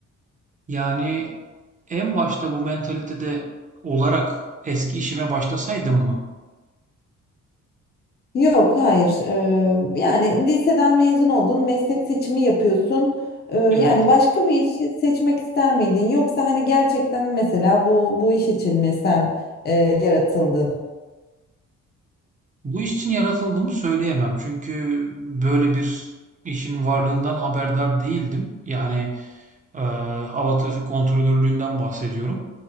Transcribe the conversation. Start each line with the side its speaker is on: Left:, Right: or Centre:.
Right: Yani en başta bu mentalitede olarak eski işime başlasaydım mı?
Left: Yok, hayır. Ee, yani liseden mezun oldun, meslek seçimi yapıyorsun. Ee, yani
Right: Evet.
Left: başka bir işi seçmek ister miydin? Yoksa hani gerçekten mesela bu bu iş için mi sen e, yaratıldın?
Right: Bu iş için yaratıldığımı söyleyemem. Çünkü böyle bir işin varlığından haberdar değildim. Yani eee hava trafik kontrolörlüğünden bahsediyorum.